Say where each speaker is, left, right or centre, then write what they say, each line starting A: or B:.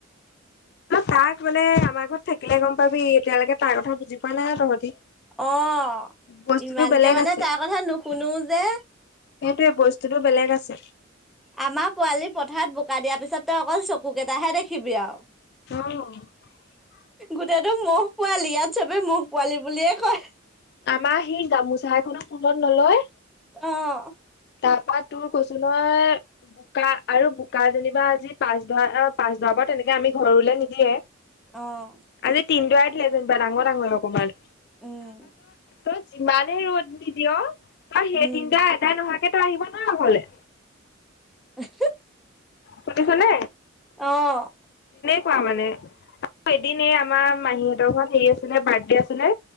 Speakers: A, on the left; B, in the centre.
A: ন, তাক মানে আমাৰ ঘৰত থাকিলে গম পাবি এতিয়ালৈকে তাৰ কথা বুজি পোৱা নাই তহঁতি।
B: অ',
A: বস্তুটো
B: ইমানকে
A: বেলেগ
B: মানে
A: আছে
B: তাৰ কথা নুশুনো যে।
A: সেইটোৱে বস্তুটোতো বেলেগ আছে।
B: আমাৰ পোৱালি পথাৰত বোকা দিয়াৰ পিছত তই অকল চকু কেইটাহে দেখিবি আৰু।
A: অ'।
B: গোটেইটো ম'হ পোৱালি ইয়াত চবে ম'হ পোৱালি বুলিয়ে কয়।
A: আমাৰ সি গামোচা এখনো ফুলত নলয়।
B: অ'।
A: তাৰপা তোৰ কৈছোঁ ন বোকা আৰু বোকা যেনিবা আজি পাচ ধৰা পাচ দৰা পৰা তেনেকে আমি ঘৰলৈ নিদিয়ে।
B: অ',
A: আৰে তিনদ <unintelligible> ডাঙৰ ডাঙৰ অকণমান।
B: উম।
A: তই যিমানে ৰ'দ নিদিয়, তই
B: উম,
A: সেই তিনিটা এটাই নহয় সেই তাই আহিব নাই অকলে?
B: <unintelligible>
A: শুনিছনে?
B: অ'।
A: পোৱা মানে এদিন এই আমাৰ মাহীহঁতৰ ঘৰত হেৰি আছিলে বাৰ্থডে আছিলে